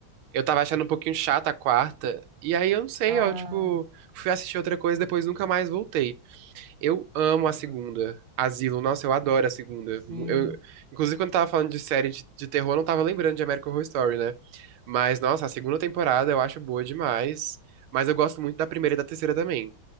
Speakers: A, on the right; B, on the right.
A: Eu tava achando um pouquinho chata a quarta, e aí eu não sei,
B: Ah,
A: eu, tipo, fui assistir outra coisa e depois nunca mais voltei. Eu amo
B: aham.
A: a segunda. Asilo, nossa, eu adoro a segunda.
B: Sim.
A: Mu- Eu, inclusive, quando tava falando de série de, de terror, eu não tava lembrando de American Horror Story, né? Mas, nossa, a segunda temporada eu acho boa demais. Mas eu gosto muito da primeira e da terceira também.